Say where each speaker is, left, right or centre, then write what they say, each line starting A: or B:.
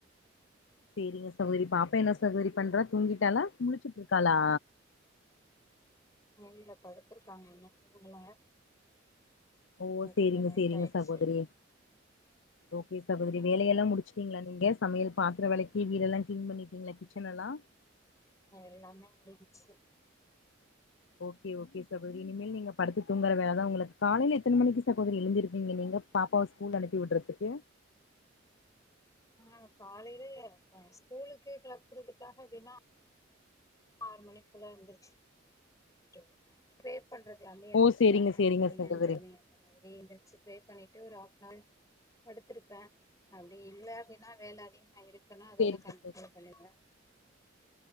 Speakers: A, on the left (about 70°); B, on the left (about 15°).
A: சேரிங்க சகோதரி பாப்பா என்ன சகோதரி பண்றா தூங்கிட்டாலா முழுச்சுட்டு இருக்காளா
B: உள்ள படுத்துருக்காங்க இன்னு தூங்கல
A: ஓ
B: இன்னைக்கு
A: சேரிங்க
B: கொஞ்சோ லேட்
A: சேரிங்க
B: ஆயிடுச்சு
A: சகோதரி ஓகே சகோதரி
B: ம்
A: வேலையல்லா முடிச் சீங்ளா நீங்க சமையல் பாத்திர விலக்கி வீடெல்லா கிளீன் பண்ணிட்டீங்களா கிச்சன் எல்லா
B: எல்லாமே முடிஞ்ச்சு
A: ஓகே ஓகே சகோதரி இனிமேல் நீங்க படுத்து தூங்கற வேல தா உங்களுக் காலையில எத்தன மணிக்கு சகோதரி எழுஞ்சிருப்பீங்க நீங்க பாப்பாவ ஸ்கூல் அனுப்பி விட்றதுக்கு
B: ஆ காலையிலே <inaudible> ஸ்கூலுக்கு கிளப்புறதுக்காக அப்டின்னா ஆறு மணிக்குள்ள எந்திருச்சு பண்றது <unintelligible> எஞ்சிடுவ
A: ஓ சேரிங்க
B: அஞ்சு
A: சேரிங்க
B: மணிகு
A: சகோதரி
B: அஞ்சர மணி அந்த மாரி எந்திரிச்சு ப்ரே பண்ணிட்டு ஒரு ஆஃப் நவர் படுத்திருப்பே அப்டி இல்ல அப்டின்னா வேல அதிகமா இருக்குன்னா அதோட
A: சேரிங்க
B: கன்டினியூ
A: சேரி
B: பன்னிடுவ